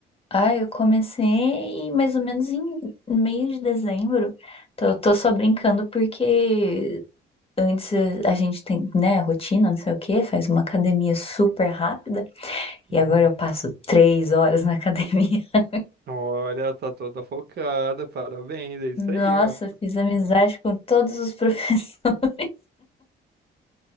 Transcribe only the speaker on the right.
Uhum.
Olha, tá toda focada, parabéns, é isso
aí, ó.